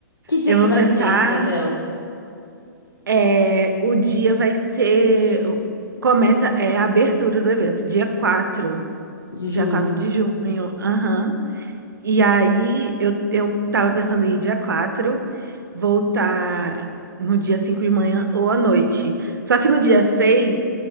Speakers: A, on the left; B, on the right.
A: Que dia
B: Eu
A: que
B: vou pensar.
A: vai ser esse evento?
B: É, o dia vai ser. Começa, é a abertura do evento, dia quatro
A: De
B: Dia
A: junho?
B: 4 de junho. Aham. E aí eu, eu tava pensando em ir dia quatro voltar no dia 5 de manhã ou à noite. Só que no dia 6